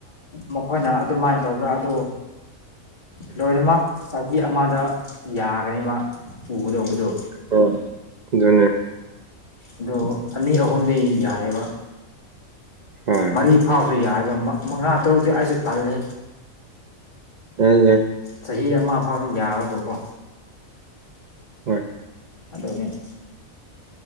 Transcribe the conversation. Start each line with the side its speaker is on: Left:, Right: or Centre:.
Left: ꯃꯈꯣꯏꯅ ꯑꯗꯨꯃꯥꯏꯅ ꯇꯧꯕ꯭ꯔꯥ ꯑꯗꯨ ꯂꯣꯏꯅꯃꯛ ꯆꯍꯤ ꯑꯃꯗ ꯌꯥꯒꯅꯤ ꯃꯥ ꯎꯒꯗꯧꯕꯗꯣ
Right: ꯑ ꯑꯗꯨꯅꯦ
Left: ꯑꯗꯣ ꯑꯅꯤ ꯑꯍꯨꯝꯗꯤ ꯌꯥꯔꯦꯕ
Right: ꯍꯣꯏ
Left: ꯃꯔꯤ ꯐꯥꯎꯕꯁꯨ ꯌꯥꯏꯑꯕ ꯃꯉꯥ ꯇꯔꯨꯛꯇꯗꯤꯤ ꯑꯩꯁꯨ ꯇꯜꯂꯤ
Right: ꯍ
Left: ꯆꯍꯤ ꯑꯃ ꯐꯥꯎꯗ ꯌꯥꯕꯀꯣ
Right: ꯍꯣꯏ
Left: ꯑꯗꯨꯗꯅꯦꯅꯤ